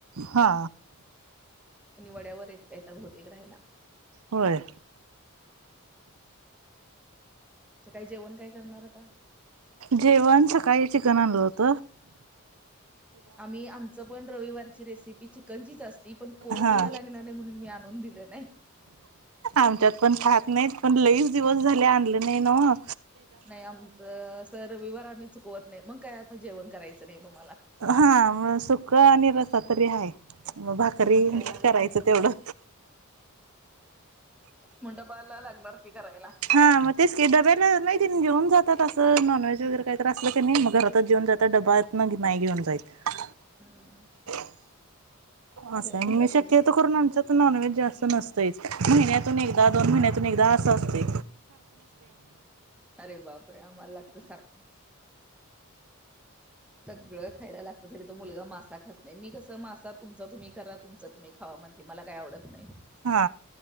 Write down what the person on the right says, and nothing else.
हा.
होय.
जेवण सकाळी चिकन आणलं होत.
हा
आमच्यात पण खात नाहीत पण लईच दिवस झाले आणल नाही ना ओ.
हा म सुक आणि रसा तरी हाय. मग भाकरी
करायचं
तेवढं.
हा मग तेच का डब्याला नाही घेऊन जातात असं नॉन वेज वगर काही तर असलं की नाही मग घरात जेऊन जातात मग डबा नाहीे घेउन जाइत.
<unintelligible>
असं
मी शक्यता
करून आमच्यात नॉनव्हेज जास्त नसत. यच महिन्यातून एकदा दोन महिन्यातून एकदा असं असतेय.
हा.